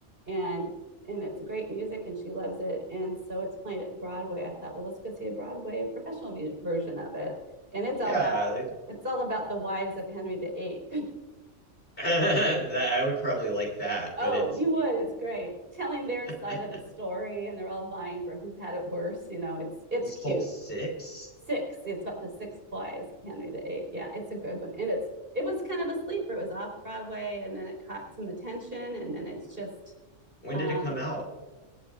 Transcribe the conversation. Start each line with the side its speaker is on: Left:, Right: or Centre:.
Right: and and it's great music and she loves it. And so it's played at Broadway. I thought, well, let's go see a Broadway professional view, version of it. And it's
Left: yeah,
Right: all about
Left: they-
Right: it's all about the wives of Henry the Eighth.
Left: <laughs> that I would probably like that,
Right: <laughs> oh,
Left: but it's
Right: you would. It's great. Telling
Left: <laughs>
Right: their side of the story and they're all vying for who had it worse, you know. It's it's
Left: it's
Right: cute.
Left: called Six.
Right: 6. It's about the six wives of Henry the Eighth. Yeah, it's a good one. And it's it was kind of a sleeper. It was off Broadway and then it caught some attention and then it's just
Left: When
Right: um
Left: did it come out?